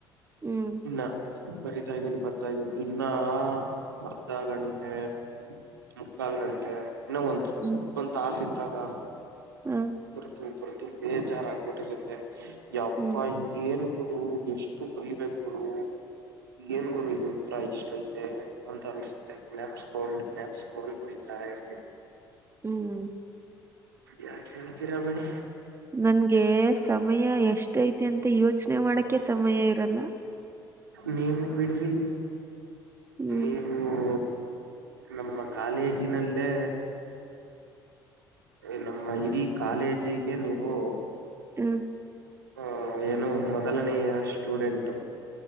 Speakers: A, on the right; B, on the right.
A: ಹ್ಮ.
B: ಇನ್ನ ಬರಿತಾ ಇದೀನಿ ಬರ್ತಾ ಇದ್ದೀನಿ ಇನ್ನ ನಾ ಅರ್ಧ ಗಂಟೆ ಮುಕ್ಕಾಲ ಗಂಟೆ ಇನ್ನ ಒಂದ್
A: ಹ್ಮ.
B: ಒಂದ್ ತಾಸ ಇದ್ದಾಗ
A: ಹ
B: ಬರ್ತು ಬರ್ತು ಬೇಜಾರ ಆಗ್ಬಿಟ್ಟಿರತ್ತೆ ಯಪ್ಪ
A: ಹ್ಮ್
B: ಏನ ರು ಎಷ್ಟು ಬರಿಬೇಕ ಗುರು.
A: <inaudible>
B: ಏನ್ ಗುರು ಇದು ಉತ್ತರ ಇಷ್ಟ ಐತೆ ಅಂತ ಅನ್ಸುತ್ತೆ ಜ್ಞಾಪುಸ್ಕೊಂಡ ಜ್ಞಾಪುಸ್ಕೊಂಡ ಬರಿತಾ ಇರ್ತಿ.
A: ಹ್ಮ.
B: ಯಾಕ್ ಹೇಳ್ತೀರಾ ಬಿಡಿ.
A: ನನ್ಗೆ ಸಮಯ ಎಷ್ಟ ಐತಿ ಅಂತ ಯೋಚನೆ ಮಾಡಕ ಸಮಯ ಇರಲ್ಲ.
B: ನೀವ ಬಿಡ್ರಿ
A: ಹ್ಮ್
B: ನೀವ್ ಓ ನಮ್ಮ ಕಾಲೇಜಿನಲ್ಲೇ ಎ ನಮ್ಮ ಇಡೀ ಕಾಲೇಜಿಗೆ ನೀವು
A: ಹ್ಮ.
B: ಹ ಏನೋ ಮೊದಲನೆಯ ಸ್ಟೂಡೆಂಟು.